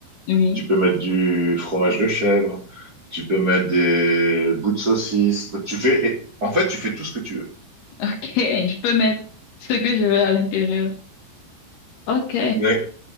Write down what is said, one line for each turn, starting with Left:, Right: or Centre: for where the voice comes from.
Left: oui.
Right: tu peux mettre du fromage de chèvre, tu peux mettre des bouts de saucisse. Tu fais, et- en fait, tu fais tout ce que tu veux.
Left: OK, je peux mettre ce que je veux à l'intérieur. OK.
Right: Oui.